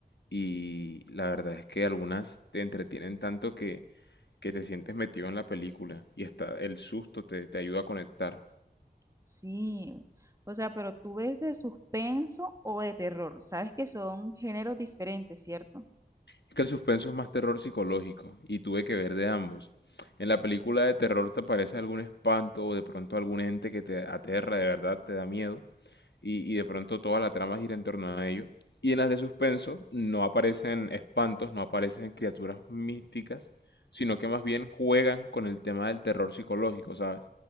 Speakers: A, on the left; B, on the right.
A: y la verdad es que algunas te entretienen tanto que que te sientes metido en la película y hasta el susto te, te ayuda a conectar.
B: Sí. O sea, pero tú ves de suspenso o de terror. Sabes que son géneros diferentes, ¿cierto?
A: Es que el suspenso es más terror psicológico y tuve que ver de ambos. En la película de terror te aparece algún espanto o de pronto algún ente que te aterra, de verdad te da miedo y, y de pronto toda la trama gira en torno a ello. Y en las de suspenso no aparecen espantos, no aparecen criaturas místicas, sino que más bien juegan con el tema del terror psicológico, ¿sabes?